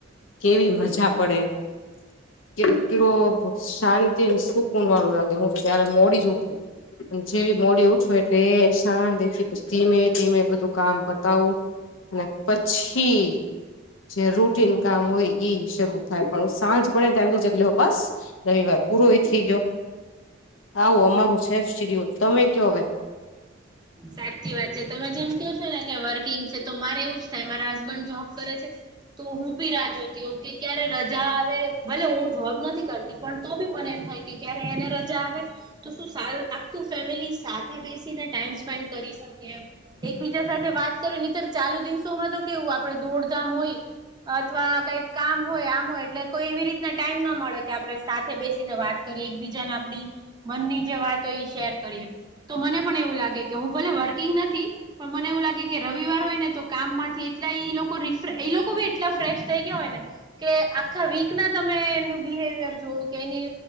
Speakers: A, on the left; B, on the right.
A: કેવી, મજા પડે, ! કેટલો શાંતિ સુકુન વાળું લાગે હું, તો ત્યારે મોડી જ ઉઠું! જેવી મોડી, ઉઠુ એટલે એ શાંતિથી પછી ધીમે - ધીમે બધું કામ પતાવું. અને પછી! જે રૂટીન કામ હોય, ઈ શરૂ થાય પણ સાંજ પડે ન એમ થઈ જાય લો બસ! રવિવાર પૂરો એ થઈ ગયો, આવું અમારું છે. લાઇફ શીડ્યુલ તમે કયો હવે
B: સાચી વાત છે. તમે જેમ કેહયૉ છો ને કે વર્કિંગ છે, તો મારે એવું જ થાય. મારા હસબન્ડ જોબ કરે છે. તો હું બી રા જોતી હો, કે ક્યારે રજા આવે ભલે હું જોબ નથી કરતી પણ, તો બી મને એમ થાય! કે ક્યારે એને રજા આવે, તો શું આખું ફેમિલી સાથે બેસીને ટાઈમસ સ્પેન્ડ કરી શકીએ. એક બીજા સાથે વાત કરી, નીતર ચાલુ દિવસોમાં તો કેવું, આપડે દોડધામ હોય. અથવા કંઈક કામ હોય આમ, હોય એટલે કોઈ એવી રીતના ટાઈમ નો મળે કે આપડે સાથે બેસીને વાત કરીયે એકબીજાને આપડી મનની જે વાત હોય, એ શેર કરીએ તો મને પણ એવું લાગે. કે હું, ભલે વર્કિંગ નથી. પણ મને એવું લાગે કે રવિવાર હોય ને તો કામ માંથી એટલા એ લોકો એ લોકો બી એટલા ફ્રેશ થઈ ગયા હોય ને. કે આખા વીક ના તમે એનું, બિહેવિયર જોઓ કે એની